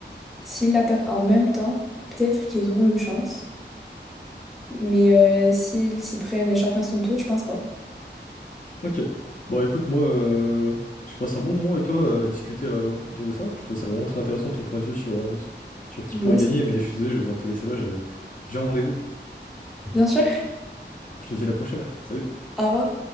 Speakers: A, in the centre; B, on the left.
A: S'ils l'attaquent en même temps, peut-être qu'ils auront une chance. Mais euh, s'ils s'y prennent chacun son tour, je pense pas.
B: Ok. Bon, écoute, moi, euh, je passe un bon moment avec toi euh, à discuter euh, autour de ça. Je trouvais ça vraiment très intéressant ton point de vue sur, euh, sur qui
A: Moi
B: pourrait
A: aussi.
B: gagner, mais je suis désolé, je vais devoir te laisser là, j'ai j'ai un rendez-vous.
A: Bien sûr.
B: Je te dis à la prochaine. Salut.
A: Au revoir.